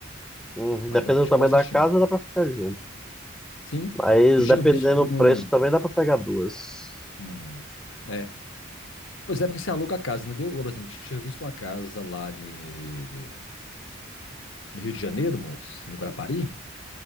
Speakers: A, in the centre; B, on the left.
A: Hum,
B: Mas
A: Dependendo
B: dá pra gente
A: do tamanho
B: olhar certinho.
A: da casa, dá pra ficar junto.
B: Sim,
A: Mas
B: eu tinha
A: dependendo
B: visto uma.
A: do preço, também dá pra pegar duas.
B: hum, é. Pois é, porque você aluga a casa, entendeu? Por exemplo, a gente tinha visto uma casa lá de- no Rio de Janeiro, moço, em Guarapari.